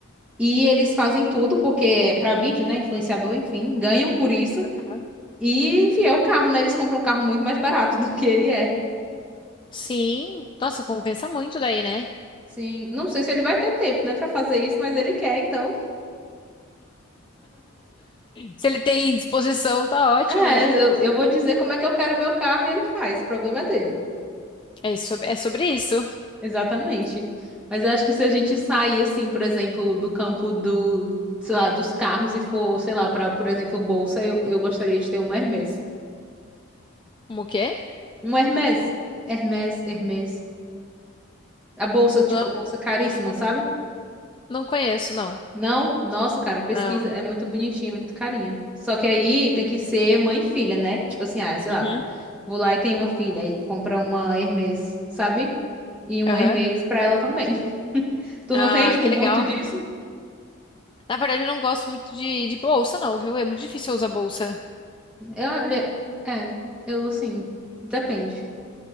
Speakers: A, in the centre; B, on the left (about 20°).
A: E eles fazem tudo, porque é pra vídeo, né? Influenciador, enfim, ganham por isso.
B: Aham.
A: E, enfim, é o carro, né? Eles compram um carro muito mais barato <laughs> do que ele é.
B: Sim, nossa, compensa muito daí, né?
A: Sim, não sei se ele vai ter tempo, né, pra fazer isso, mas ele quer, então.
B: Se ele tem disposição, tá ótimo,
A: É,
B: né?
A: eu, eu vou dizer como é que eu quero meu carro e ele faz. O problema é dele.
B: É isso, sobre- é sobre isso.
A: Exatamente. Mas eu acho que se a gente sair, assim, por exemplo, do campo do, sei lá, dos carros e for, sei lá, pra, por exemplo, bolsa, eu, eu gostaria de ter uma Hermès.
B: Como o quê?
A: Um Hermès. Hermès, Hermès. A bolsa, tipo,
B: Não,
A: a bolsa caríssima, sabe?
B: não conheço, não.
A: Não, nossa, cara, pesquisa.
B: Não.
A: É muito bonitinho, muito carinha. Só que aí tem que ser mãe e filha, né? Tipo assim, ah, sei
B: Uhum.
A: lá, vou, vou lá e tenho uma filha. Aí compra uma Hermès, sabe? E uma
B: Aham.
A: Hermès pra ela também. <laughs> Tu
B: Ah,
A: não tem, tipo,
B: que
A: muito
B: legal.
A: disso?
B: Na verdade, eu não gosto muito de, de bolsa, não, viu? É muito difícil eu usar bolsa.
A: Eu, olha, é, eu assim, depende.